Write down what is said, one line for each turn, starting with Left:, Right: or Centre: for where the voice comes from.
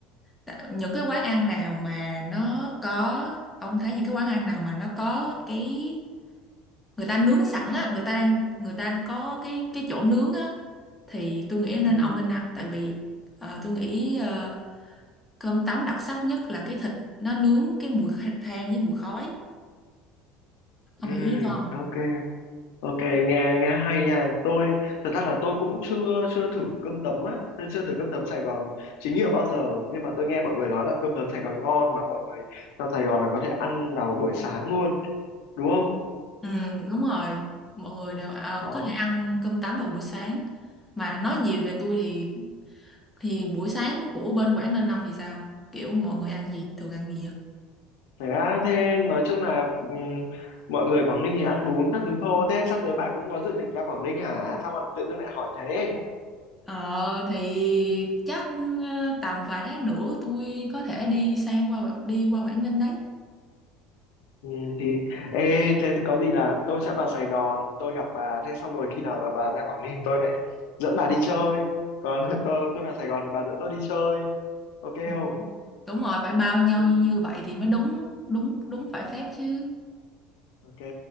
Centre: Tạ- những cái quán ăn nào mà nó có ông thấy những cái quán ăn nào mà nó có cái người ta nướng sẵn á người ta đang người ta có cái cái chỗ nướng á thì tôi nghĩ nên
Left: Ừ,
Centre: ông nên ăn tại vì ờ, tôi nghĩ ờ, cơm tấm đặc sắc nhất là cái thịt nó nướng cái mùi kha- than với mùi khói
Left: ừ,
Centre: ông hiểu ý tôi không
Left: ok Ok, nghe nghe hay nha. Tôi thật ra là tôi cũng chưa chưa thử cơm tấm á, tôi chưa thử cơm tấm Sài Gòn chính hiệu bao giờ, nhưng mà tôi nghe mọi người nói là cơm tấm Sài Gòn ngon mà mọi người trong Sài Gòn là có thể ăn vào buổi sáng luôn, đúng không?
Centre: ừ đúng rồi mọi người đều ờ,
Left: Đó.
Centre: có thể ăn cơm tấm vào buổi sáng mà nói gì về tôi thì thì buổi sáng của bên Quảng Ninh ông thì sao kiểu mọi người ăn gì thường ăn gì vậy
Left: Thế á, thế nói chung là ừm, mọi người Quảng Ninh thì ăn bún các thứ thôi. Thế sắp tới bà cũng có dự định ra Quảng Ninh hả? Sao mà tự dưng lại hỏi thế?
Centre: Ờ thì chắc ờ, tầm vài tháng nữa tôi có thể đi sang qua đi qua Quảng Ninh đấy.
Left: Ừ, thì ê, thế thì có gì là tôi sẽ vào Sài Gòn tôi gặp bà thế xong rồi khi nào mà bà ra Quảng Ninh tôi lại dẫn bà đi chơi còn <laughs> tôi tôi vào Sài Gòn thì bà dẫn tôi đi chơi ok
Centre: Ừ.
Left: không
Centre: Đúng rồi, phải bao nhau
Left: ok
Centre: như như vậy thì mới đúng đúng đúng phải phép chứ.
Left: Ok,